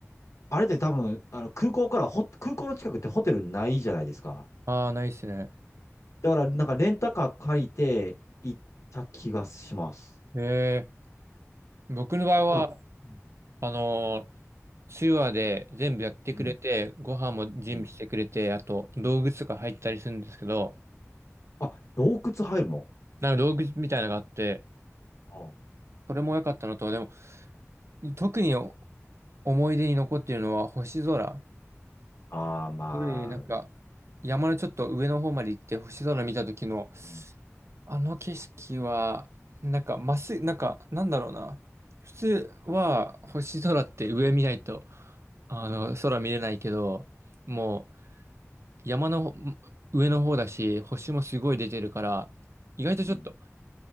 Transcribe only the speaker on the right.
ああ、ないっすね。
えー、僕の場合は、
あのー手話で全部やってくれて、
ご飯も準備してくれて、
あと道具とか入ったりするんですけど、
なんか道具みたいなのがあって、
それも良かったのと、でも、特に思い出に残っているのは星空。
これなんか、山のちょっと上の方まで行って星空見た時の、
あの景色は、なんか、まっすぐ、なんか、なんだろうな。普通は星空って上見ないと、あの、空見れないけど、もう、山の上の方だし、星もすごい出てるから、意外とちょっと、